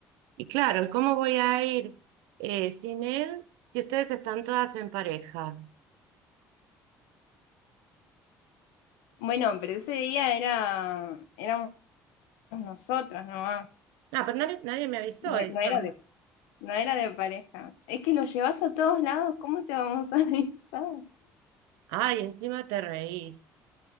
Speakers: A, on the right; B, on the left.
A: Y claro, ¿cómo voy a ir eh, sin él si ustedes están todas en pareja?
B: Bueno, pero ese día era, éramos nosotras nomás,
A: No, pero nadie, nadie me avisó
B: no, e-
A: eso.
B: no era de, no era de pareja. Es que lo llevas a todos lados, ¿cómo te vamos a <laughs> avisar?
A: Ay, encima te reís.